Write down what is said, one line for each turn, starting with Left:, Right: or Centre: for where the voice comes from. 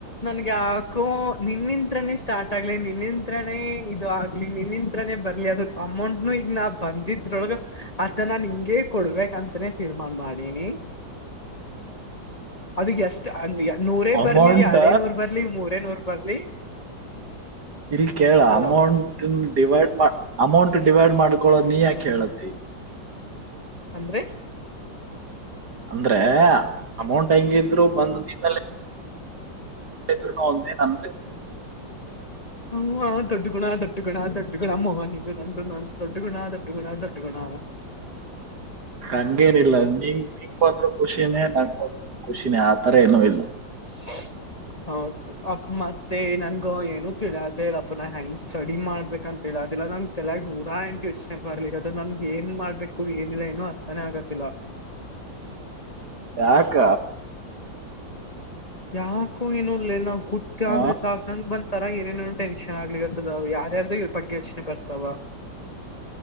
Left: ನನಗ ಯಾಕೋ ನಿನ್ನಿಂತ್ರನೇ ಸ್ಟಾರ್ಟ್ ಆಗ್ಲಿ ನಿನಿಂತ್ರನೇ ಇದು ಆಗ್ಲಿ. ನಿನ್ನಿಂತ್ರನೇ ಬರ್ಲಿ ಅದು ಅಮೌಂಟ್ನು ಈಗ ನಾ ಬಂದಿದ್ರೊಳಗ ಅದನ ನಿಂಗೆ ಕೊಡ್ಬೇಕಂತನೇ ತೀರ್ಮಾನ ಮಾಡೆನಿ. ಅದ ಎಷ್ಟ ಅ ನೂರೇ
Right: ಅಮೌಂಟ್
Left: ಬರ್ಲಿ ಎರಡೇ ನೂರ ಬರ್ಲಿ ಮೂರೇ ನೂರ ಬರ್ಲಿ.
Right: ಇಲ್ಲ ಕೇಳ
Left: hello
Right: amount divide amount divide ಮಾಡ್ಕೊಳೋದ ನೀ ಯಾಕ ಹೇಳತಿ.
Left: ಅಂದ್ರೆ.
Right: ಅಂದ್ರೆ ಅಮೌಂಟ್ ಹೆಂಗಿದ್ರು ಬಂದ್ ನಿಂತಲ್ಲೆ. ಎಲ್ಲಿದ್ರೂನು ಒಂದೆ ನಂದೇ.
Left: ಹುವಾ ದೊಡ್ಡ ಗುಣ ದಟ್ಟ ಗುಣ ದೊಡ್ಡ ಗುಣ ಮೋಹನ್ ಇದು ನಮ್ದು ದಡ್ಡುಣ ದಟ್ಟು ಗುಣ ದೊಟ್ಟ ದಗುಣ
Right: ಹಂಗೇನ ಇಲ್ಲ ನೀ ನಿಕಂದ್ರರು ಖುಷಿನೇ ನಂಗ ಖುಷಿನೇ ಆತರ ಏನು ಇಲ್ಲ.
Left: <inaudible> ಹೌದು ಅಪ್ಪ ಮತ್ತೆ ನನ್ಗ ಏನು ತಿಳಿಯತಿಲ್ಲ ಇಲ್ಲಪ್ಪ ನ ಹೆಂಗ ಸ್ಟಡಿ ಮಾಡ್ಬೇಕಂತ ತಿಳ್ಯತಿಲ್ಲ ನಂಗ ತಲ್ಯಾಗ ನೂರಾ ಎಂಟ ಯೋಚನೆ ಬರ್ಲಿ ಅದು ನನ್ಗ ಏನ ಮಾಡ್ಬೇಕು ಏನಿಲ್ಲ ಏನು ಅರ್ಥಾನೇ ಆಗತ್ತಿಲ್ಲ.
Right: ಯಾಕ
Left: ಯಾಕೊ ಏನೋಲೆ ನಾ ಕುತ್ತ ಅಂದ್ರ
Right: ಆ
Left: ಸಾಕ ನಂಗ ಬ ತರ ಏನೇನೇ ಟೆನ್ಷನ್ ಆಗ್ಲಿಕತ್ತದ ಯಾರ್ಯಾರ್ದೋ ಬಗ್ಗೆ ಯೋಚನೆ ಬರ್ತಾವ.